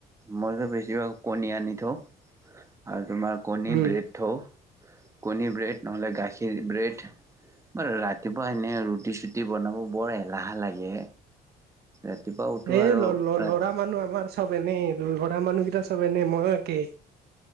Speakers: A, on the right; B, on the right.
A: মইতো বেছিভাগ কণী আনি থওঁ আৰু তোমাৰ কনি
B: উম
A: ব্ৰেড থাও কণী ব্ৰেড নহ'লে গাখীৰ ব্ৰেড বাৰু ৰাতিপুৱা এনেই ৰুটি চুটি বনাব বৰ এলাহ লাগে ৰাতিপুৱা উঠো
B: এ
A: আৰু
B: ল
A: ৰাতি
B: ল'ৰা মানুহ আমাৰ চব এনেই লৰা মানুহকেইটা চব এনে মইয়ো একেই